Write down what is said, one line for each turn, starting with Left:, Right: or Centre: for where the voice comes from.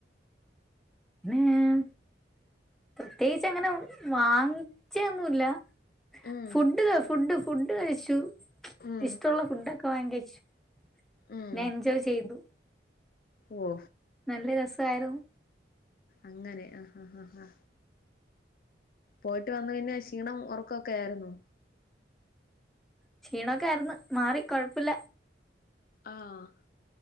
Centre: പിന്നെ പ്രത്യേകിച്ചഅങ്ങനെ വാങ്ങിച്ചൊന്നുല്ല
Left: ഉം
Centre: ഫുഡ് ക ഫുഡ് ഫുഡ് കഴിച്ചു
Left: ഉം
Centre: ഇഷ്ടമുള്ള ഫുഡ് ഒക്കെ വാങ്ങി കഴിച്ചു പിന്നെ
Left: ഉം
Centre: എൻജോയ് ചെയ്തു
Left: ഓ
Centre: നല്ല രസായിരുന്നു
Left: അങ്ങനെ ആഹ് ഹാ ഹാ ഹാ പോയിട്ട് വന്നു പിന്നെ ക്ഷീണം ഒറക്കൊക്കെ ആയിരുന്നു
Centre: ക്ഷീണൊക്കെ ആയിര്ന്ന് മാറി കൊഴപ്പല്ല
Left: ആഹ്